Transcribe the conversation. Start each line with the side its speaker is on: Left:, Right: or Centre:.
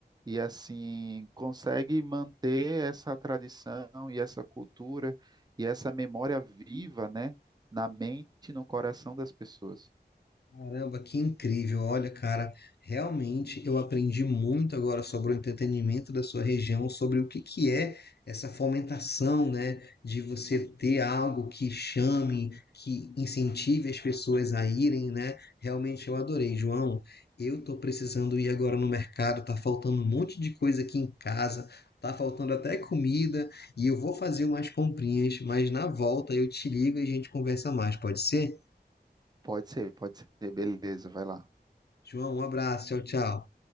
Right: e assim consegue manter essa tradição e essa cultura e essa memória viva, né, na mente e no coração das pessoas.
Left: Caramba, que incrível! Olha, cara, realmente eu aprendi muito agora sobre o entretenimento da sua região, sobre o que que é essa fomentação, né, de você ter algo que chame, que incentive as pessoas a irem, né? Realmente eu adorei, João. Eu tô precisando ir agora no mercado, tá faltando um monte de coisa aqui em casa, tá faltando até comida, e eu vou fazer umas comprinhas, mas na volta eu te ligo e a gente conversa mais, pode ser?
Right: Pode ser, pode ser, beleza, vai lá.
Left: João, um abraço, tchau, tchau.